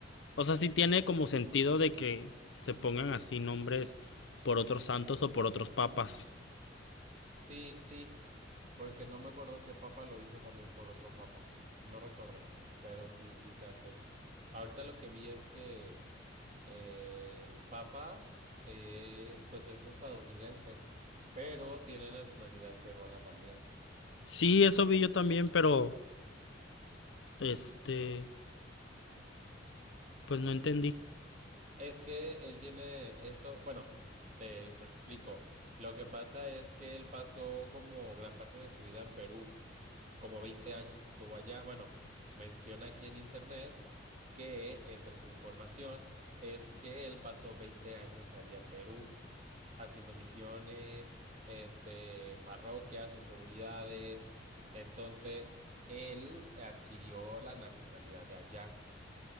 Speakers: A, on the left (about 70°); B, on the right (about 40°).
A: o sea, sí tiene como sentido de que se pongan así nombres por otros santos o por otros papas.
B: Sí, sí. Porque no me acuerdo qué papa lo hizo también por otro papa. No recuerdo. Pero sí, sí se hace. Ahorita lo que vi es que Eh, el Papa es, pues es estadounidense, pero tiene nacionalidad peruana también.
A: Sí, eso vi yo también, pero este, pues no entendí.
B: Es que él tiene eso, bueno, te, te explico. Lo que pasa es que él pasó como gran parte de su vida en Perú. como 20 años estuvo allá. Bueno, menciona aquí en internet que entre su información es que él pasó 20 años allá en Perú, haciendo misiones, este, en parroquias, en comunidades. Entonces, él adquirió la nacionalidad de allá.